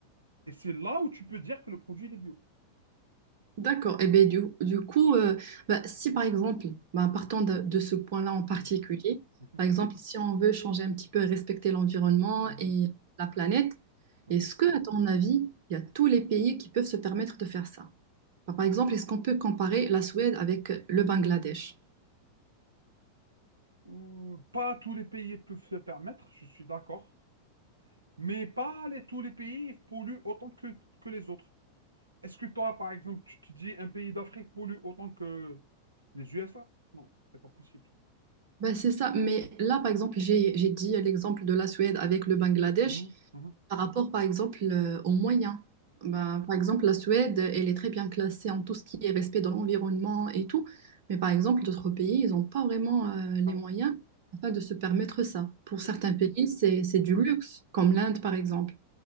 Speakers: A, on the right; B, on the right.
A: Et c'est là où tu peux dire que le produit il est bio.
B: D'accord. Et ben du, du coup, euh, bah, si par exemple, bah, partant de, de ce point-là en particulier,
A: Mhm, mhm,
B: par exemple, si on veut changer un petit peu et respecter l'environnement
A: mhm.
B: et la planète,
A: OK.
B: est-ce que, à ton avis, il y a tous les pays qui peuvent se permettre de faire ça? Bah, par exemple, est-ce qu'on peut comparer la Suède avec le Bangladesh?
A: Ou pas tous les pays peuvent se permettre, je suis d'accord. Mais pas les- tous les pays polluent autant que, que les autres. Est-ce que toi, par exemple, tu te dis un pays d'Afrique pollue autant que les USA? Non, c'est pas possible.
B: Ben, c'est ça, mais là, par exemple, j'ai, j'ai dit l'exemple de la Suède avec le Bangladesh.
A: Mhm, mhm.
B: Par rapport, par exemple, euh, aux moyens. Ben, par exemple, la Suède, elle est très bien classée en tout ce qui est respect de l'environnement et tout. Mais par exemple, d'autres pays, ils n'ont pas vraiment euh, les
A: Alors,
B: moyens afin de se permettre ça. Pour
A: faut
B: certains pays, c'est, c'est du luxe, comme l'Inde, par exemple.